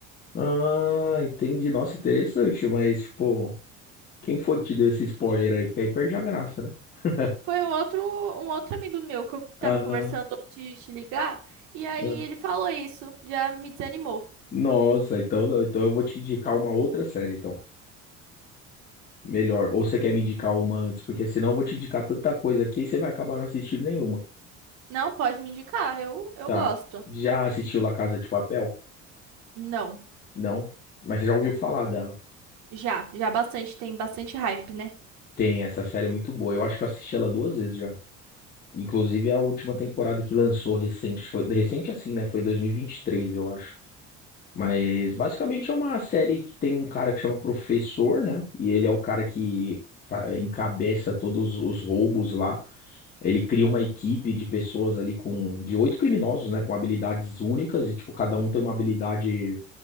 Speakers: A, on the left; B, on the right.
A: Ah, entendi. Nossa, interessante, mas, tipo, quem foi que te deu esse spoiler aí? Porque aí perde a graça, né? <laughs>
B: Foi um outro, um outro amigo meu que eu
A: Ah,
B: tava conversando antes de te ligar e aí
A: ah.
B: ele falou isso, já me desanimou.
A: nossa, então, então eu vou te indicar uma outra série, então. Melhor. Ou você quer me indicar uma antes? Porque senão eu vou te indicar tanta coisa aqui e você vai acabar não assistindo nenhuma.
B: Não, pode me indicar, eu, eu
A: Tá.
B: gosto.
A: Já assistiu La Casa de Papel?
B: Não,
A: Não. Mas já ouviu falar dela?
B: já, já bastante, tem bastante hype, né?
A: Tem, essa série é muito boa. Eu acho que eu assisti ela duas vezes já. Inclusive é a última temporada que lançou recente. Foi recente assim, né? Foi 2023, eu acho. Mas basicamente é uma série que tem um cara que chama Professor, né? E ele é o cara que fa- encabeça todos os roubos lá. Ele cria uma equipe de pessoas ali com de oito criminosos, né, com habilidades únicas e tipo cada um tem uma habilidade